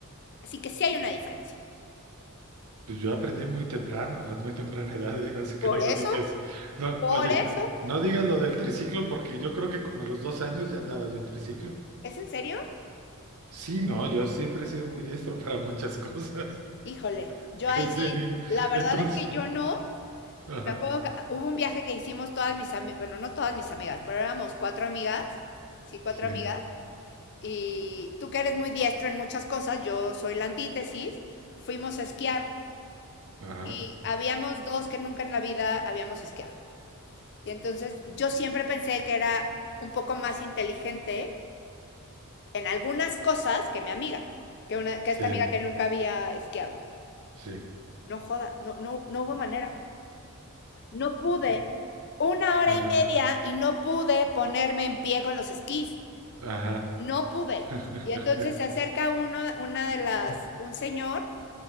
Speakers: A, on the left; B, on the right.
A: Así que sí hay una diferencia.
B: Pues yo aprendí muy temprano, a muy temprana edad, ¿eh? Así
A: Por
B: que no lo
A: eso,
B: digas. No,
A: por
B: oye,
A: eso.
B: no digas lo del triciclo porque yo creo que como a los dos años ya andaba yo en triciclo.
A: ¿Es en serio?
B: Sí, no, yo siempre he sido muy diestro <laughs> para muchas cosas
A: Híjole,
B: <laughs>
A: yo
B: desde
A: ahí sí,
B: niño.
A: la verdad
B: Entonces,
A: es que yo no,
B: ajá,
A: Me acuerdo que hubo un viaje que hicimos todas mis amigas, bueno, no todas mis amigas, pero éramos cuatro amigas, sí, cuatro
B: sí,
A: amigas, y tú que eres muy diestro en muchas cosas, yo soy la antítesis, fuimos a esquiar
B: ajá,
A: y habíamos dos que nunca en la vida habíamos esquiado. Y entonces yo siempre pensé que era un poco más inteligente en algunas cosas que mi amiga, que, una, que
B: sí,
A: esta amiga que nunca había esquiado.
B: sí,
A: No joda, no, no, no hubo manera. No pude. Una hora
B: ajá,
A: y media y no pude ponerme en pie con los esquís.
B: ajá,
A: No pude.
B: <laughs>
A: Y entonces se acerca uno, una de las, un señor